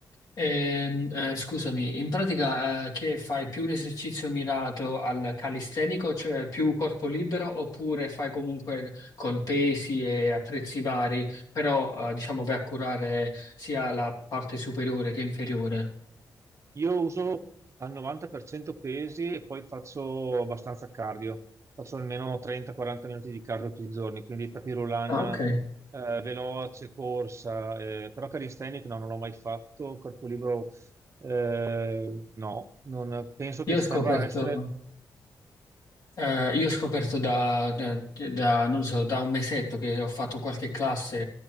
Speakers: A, on the left (about 60°); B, on the right (about 40°).
A: ehm, eh, scusami, in pratica, eh, che fai più un esercizio mirato al calistenico, cioè più corpo libero, oppure fai comunque con pesi e attrezzi vari, però, eh, diciamo, vai a curare sia la parte superiore che inferiore?
B: Io uso al 90% pesi e poi faccio abbastanza cardio. Faccio almeno 30-40 minuti di cardio tutti i giorni, quindi tapis roulant,
A: Ah, Ok,
B: eh, veloce, corsa, eh, però calisthenic no, non l'ho mai fatto, corpo libero eh, no, non, penso che
A: io ho
B: serva
A: scoperto.
B: essere
A: Eh, io ho scoperto da, da- da- non so, da un mesetto che ho fatto qualche classe